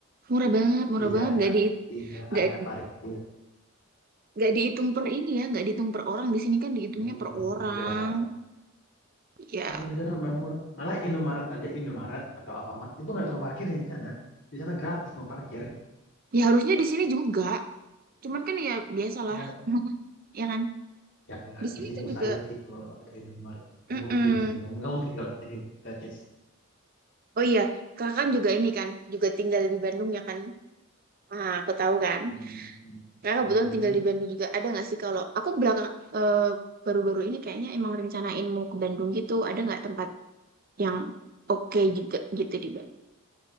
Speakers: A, on the right; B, on the left.
A: murah banget murah
B: Tidak
A: banget
B: ada,
A: nggak di
B: tidak
A: nggak
B: ada parkir.
A: nggak dihitung per ini ya nggak dihitung per orang di sini kan dihitungnya
B: Hmm,
A: per orang
B: enggak.
A: ya
B: Emang di sana emang murah. Malah Indomaret aja, Indomaret atau Alfamart itu nggak ada tukang parkir ya di sana. Di sana gratis mau parkir.
A: Ya harusnya di sini juga. Cuman kan ya biasalah,
B: Ya,
A: <laughs> ya kan?
B: ya
A: Di sini
B: di sini
A: tuh
B: mustahil
A: juga.
B: sih kalau ada Indomaret.
A: Mm-mm.
B: Nggak mungkin sih, nggak nggak mungkin kalau di sini gratis.
A: Oh iya, kakak kan juga ini kan, juga tinggal di Bandung ya kan? Ah, aku tahu kan.
B: Hmm.
A: Kakak
B: mm
A: kebetulan tinggal di Bandung juga. Ada nggak sih kalau aku belakang eh, baru-baru ini kayaknya emang rencanain mau ke Bandung gitu. Ada nggak tempat yang oke juga gitu di Bandung?